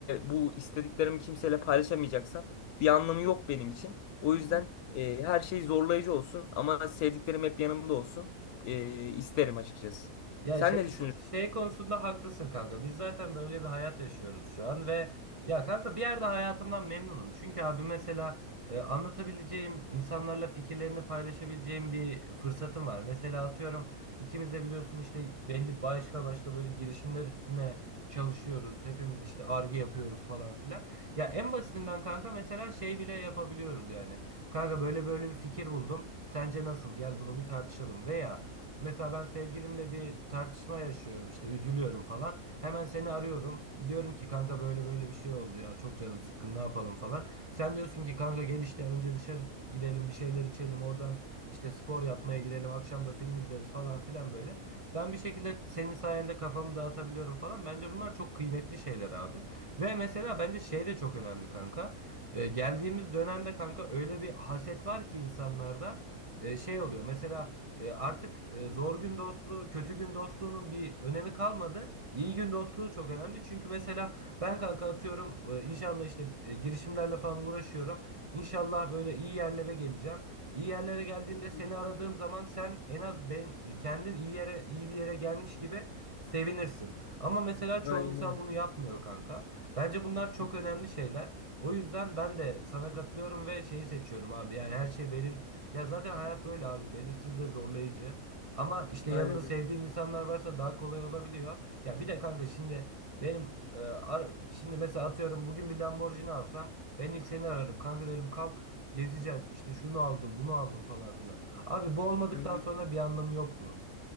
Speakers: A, on the left; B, on the right.
A: bu istediklerimi kimseyle paylaşamayacaksam bir anlamı yok benim için. O
B: Hı
A: yüzden
B: hı.
A: e, her şey zorlayıcı olsun ama sevdiklerim hep yanımda olsun e, isterim açıkçası.
B: Ya
A: Sen
B: şey
A: ne düşünürsün?
B: şey konusunda haklısın kanka. Biz zaten böyle bir hayat yaşıyoruz şu an ve ya kanka bir yerde hayatımdan memnunum. Çünkü abi mesela e, anlatabileceğim, insanlarla fikirlerini paylaşabileceğim bir fırsatım var. Mesela atıyorum ikimiz de biliyorsun işte belli başka başka böyle girişimler üstüne çalışıyoruz. Hepimiz işte arge yapıyoruz falan filan. Ya en basitinden kanka mesela şey bile yapabiliyoruz yani. Kanka böyle böyle bir fikir buldum. Sence nasıl? Gel bunu bir tartışalım. Veya mesela ben sevgilimle bir tartışma yaşıyorum işte üzülüyorum falan. Hemen seni arıyorum. Diyorum ki kanka böyle böyle bir şey oldu ya. Çok canım sıkkın ne yapalım falan. Sen diyorsun ki kanka gel işte önce dışarı gidelim bir şeyler içelim. Oradan işte spor yapmaya gidelim. Akşam da film izleriz falan filan böyle. Ben bir şekilde senin sayende kafamı dağıtabiliyorum falan. Bence bunlar çok kıymetli lezzetli şeyler abi. Ve mesela bence şey de çok önemli kanka. E, geldiğimiz dönemde kanka öyle bir haset var ki insanlarda e, şey oluyor. Mesela e, artık e, zor gün dostluğu, kötü gün dostluğunun bir önemi kalmadı. İyi gün dostluğu çok önemli. Çünkü mesela ben kanka atıyorum e, inşallah işte e, girişimlerle falan uğraşıyorum. İnşallah böyle iyi yerlere geleceğim. İyi yerlere geldiğimde
A: Hı
B: seni
A: hı.
B: aradığım zaman sen en az ben kendin iyi yere iyi bir yere gelmiş gibi sevinirsin. Ama mesela çoğu
A: Aynen
B: insan
A: öyle.
B: bunu yapmıyor kanka. Bence bunlar çok
A: Hı.
B: önemli şeyler. O yüzden ben de sana katılıyorum ve şeyi seçiyorum abi. Yani her şey belir ya zaten hayat böyle abi. Belirsiz ve zorlayıcı. Ama işte
A: Aynen.
B: yanında sevdiğin insanlar varsa daha kolay olabiliyor. Ya bir de kanka şimdi benim e, ar- şimdi mesela atıyorum bugün bir Lamborghini alsam ben ilk seni ararım. Kanka derim kalk gezeceğiz. İşte şunu aldım, bunu aldım falan filan. Abi bu olmadıktan
A: Hı hı.
B: sonra bir anlamı yok bunun